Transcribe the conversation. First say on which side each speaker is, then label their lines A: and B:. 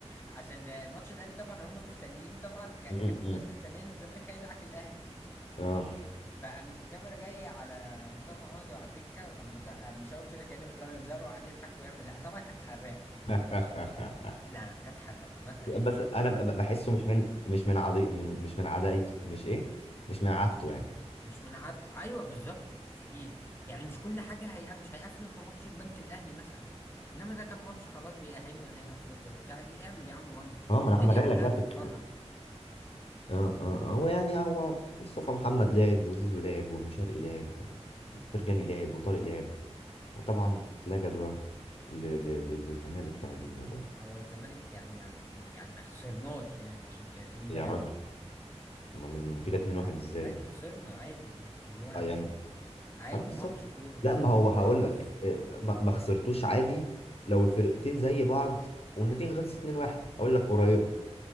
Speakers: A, on the left; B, on the left.
A: عشان ماتش الاهلي طبعا هم مستنيين طبعا ك-
B: مم.
A: كانت
B: مم.
A: الناس مستنيه ان الزمالك هيدعك الاهلي
B: اه
A: فقامت الكاميرا جايه على مسام عوض وعلى الدكه وقام مت- قام مشاور كده كانه بيطلع له انذار وقعد يضحك ويعمل لا طبعا كانت حراقه
B: <laughs>
A: لا لا كانت حراقه ما تقلفش
B: بس انا ب- بحسه مش من مش من عضي من مش من عدايته مش ايه مش من عادته يعني
A: مش من عادته ايوه بالظبط تقيل يعني مش كل حاجه هي مش هيقفلن في ماتش البنك الاهلي مثلا انما ده كان ماتش خلاص بيأهلنا نهائي افريقيا وبتاع إيه، اعمل يا عم منظر
B: اه ما
A: الدنيا
B: انا ما أنا جاي
A: كلها
B: لك بقى
A: بتتفرج
B: في الك- اه اه آه. هو يعني هو مصطفى محمد لعب وزيزو لعب وبن شرقي لعب وفرجاني لعب وطارق لعب وطبعا لا جدوى ل- ل- ل- للزمالك في هذه المباراة
A: هو الزمالك يعني ما يعني ما خسرناش يعني عشان ت- تقول
B: يا
A: لا
B: راجل
A: جدول
B: امال النتيجة 2-1 ازاي
A: عادي
B: يعني
A: خسرنا عادي يعني مش اللي هو
B: اه يعني
A: خ- عادي
B: اه بالظبط
A: ماتش كورة
B: لا
A: وكورة
B: ما هو هقول
A: حظ
B: لك إيه، ما ما خسرتوش عادي لو الفرقتين زي بعض والنتيجه خلصت 2-1 هقول لك قريبه